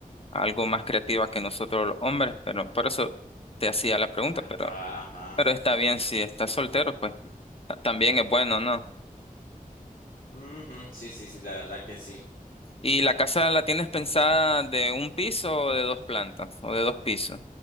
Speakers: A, on the left (about 40°); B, on the left (about 75°).
A: algo más creativas que nosotros los hombres, pero por eso te hacía la pregunta,
B: Ajá,
A: pero,
B: ajá.
A: pero está bien si estás soltero, pues. Ta- También es bueno, ¿no?
B: Ujú, Sí, sí, sí, la verdad que sí.
A: ¿Y la casa la tienes pensada de un piso o de dos plantas o de dos pisos?